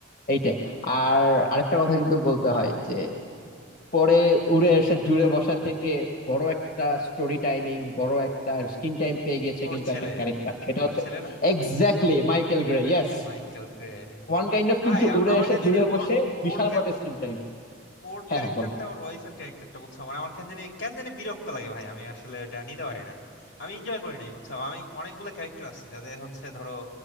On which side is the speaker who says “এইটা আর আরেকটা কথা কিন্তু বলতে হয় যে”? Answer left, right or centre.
Left